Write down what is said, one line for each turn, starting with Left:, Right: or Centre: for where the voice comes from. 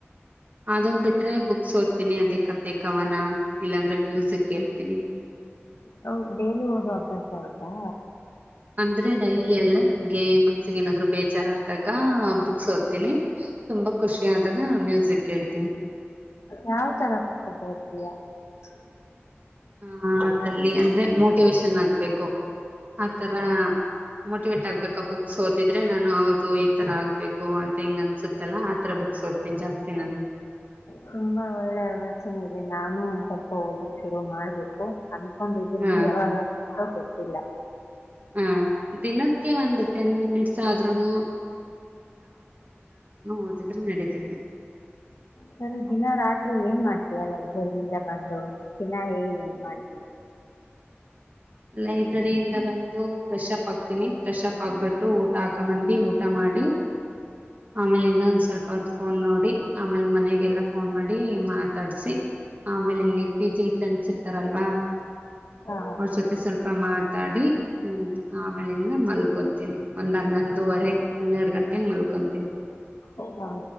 Right: ಅದನ್್ ಬಿಟ್ರೆ ಬುಕ್ಸ್ ಓದ್ತೀನಿ ಅದೇ ಕತೆೆ ಕವನ ಇಲ್ಲಾಂದ್ರೆ ಮ್ಯೂಸಿಕ್ ಹೇಳ್ತೀನಿ
Left: ಹ ಡೇಲಿ ಓದುವ ಅಭ್ಯಾಸ ಆಯ್ತಾ.
Right: ಅಂದ್ರೆ ಡೈಲಿ ಎಲ್ಲಾ ನಂಗೆ ಮನ್ಸಿಗೆ ಏನಾದ್ರು ಬೇಜಾರ ಆದಾಗ ಬುಕ್ಸ್ ಓದ್ತೀನಿ ತುಂಬಾ ಖುಷಿ ಆದಾಗ ಮ್ಯೂಸಿಕ್ ಹೇಳ್ತೀನಿ
Left: ಯಾವ ತರ ಪುಸ್ತಕ <unintelligible>
Right: ಹಾ ಅದ್ರಲ್ಲಿ ಅ. ೆ ಮೋಟಿವೇೇಶನ್ ಆಗ್ಬೇಕು ಆತರ ಮೋಟಿವೇಟ್ ಆಗ್ಬೇಕ ಬುಕ್ಸ್ ಓದಿದ್ರೆ ನಾನು ಹೌದು. ಈ ತರ ಆಗ್ಬೇಕು ಅಂತ ಹಿಂಗ್ ಅನ್ಸುತ್ತಲ್ಲಾ ಆತರ ಬುಕ್ಸ್ ಓದ್ತೀನಿ ಜಾಸ್ತಿ ನಾನು
Left: ತುಂಬಾ ಒಳ್ಳೆ ಆಲಚನೆೆ ಇದೆ ನಾನು. ಸ್ವಲ್ಪ ಓದೋಕೆ ಶುರು ಮಾಡ್ಬೇಕು ಅನ್ಕೊ. ಒಂದು
Right: ಹ
Left: ನೀ ಹೌ ಗೊತ್ತಿಲ್ಲ
Right: ಹ ದಿನಕ್ಕೆ ಒಂದು ಟೆನ್ ಮಿನಿಟ್ಸ್ ಆದ್ೂನು ಓದಿದ್ರೆ ನಡೀತೈತೆ
Left: ಸರಿ ದಿನ ರಾತ್ರಿ ಏನ್ ಮಾಡ್ತೀಯಲ್ಲ ಇದಬರಿಿಂದ ಬಂದು ದಿನಾ ಹೇ ಮಾಡ್ತಿನಿ.
Right: ಲೈಬ್ರರಿಯಿಂದ ಬಂದು ಫ್ರೆಶ್ಪ್ ಆಾಕ್ತೀನಿ ಫ್ರೆಶ್ ಅಪ್ ಆಕ್ಬಿಟ್ಟು ಊಟ ಹಾಕಂಬಂದಿ ಊಟ ಮಾಡಿ ಆಮೇಲೆ ಇನ್ನ ಒಂದ್ ಸ್ವಲ್ಪ ಹೊತ್ತು ಫೋನ್ ನೋಡಿ ಆಮೇಲೆ ಮನೆಗೆಲ್ಲ ಫೋನ್ ಮಾಡಿ ಮಾತಾಡ್ಸಿ ಆಮೇಲೆ ಇಲ್ಲಿ ಪಿ ಜಿ ಫ್ರೆಂಡ್ಸ್ ಇರ್ತಾರಲ್ವಾ
Left: ಹಾ
Right: ಅವ್ರಜೊತೆ. ಮಾತಾಡಿ. ಹ್ಮ್ ಆಮೇಲಿಂದ ಮಲ್. ಮಲ್ಕೊತೀನಿ ಒಂದ್ ಹನ್ನೊಂದುವರೆ ಹನ್ನೆರಡು ಗಂಟೆೆಗೆ ಮಲ್ಕೊತೀನಿ.
Left: ಹೌದಾ